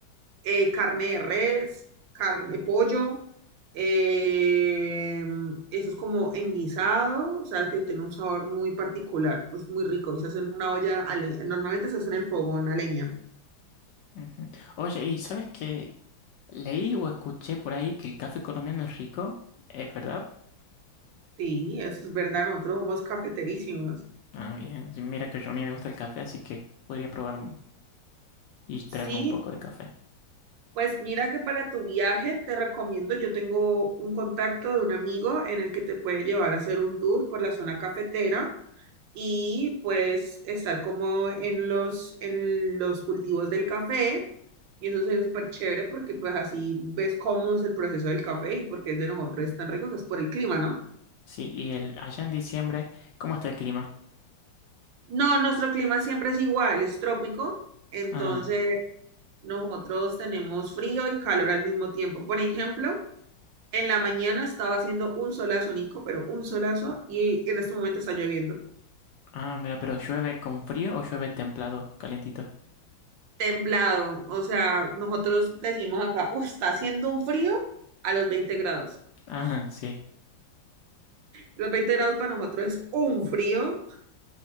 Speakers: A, on the right; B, on the left.
A: eh, carne de res, carne, pollo. eh, eso es como enguisado, o sea, que tiene un sabor muy particular, es muy rico y se hace en una olla, a le- normalmente se hace en el fogón a leña.
B: Ujú. Oye, ¿y sabes qué? Leí o escuché por ahí que el café colombiano es rico. ¿Es verdad?
A: Sí, eso es verdad, nosotros somos cafeterísimos.
B: Ah, bien. Sí, Mira que yo a mí me gusta el café, así que podría probar un- y traerme
A: Sí,
B: un poco de café.
A: pues mira que para tu viaje te recomiendo, yo tengo un contacto de un amigo en el que te puede llevar a hacer un tour por la zona cafetera y pues estar como en los, en los cultivos del café. Y eso sería súper chévere porque pues así ves cómo es el proceso del café y por qué el de nosotros es tan rico que es por el clima, ¿no?
B: Sí, y el allá en diciembre, ¿cómo está el clima?
A: No, nuestro clima siempre es igual, es trópico, entonces
B: Ah,
A: nosotros tenemos frío y calor al mismo tiempo. Por ejemplo, en la mañana estaba haciendo un solazo, Nico, pero un solazo y en este momento está lloviendo.
B: ah, mira, pero llueve con frío o llueve templado, calentito.
A: templado. O sea, nosotros decimos acá, uff, está haciendo un frío a los 20 grados.
B: Ah, <laughs> sí.
A: Los 20 grados para nosotros es un frío.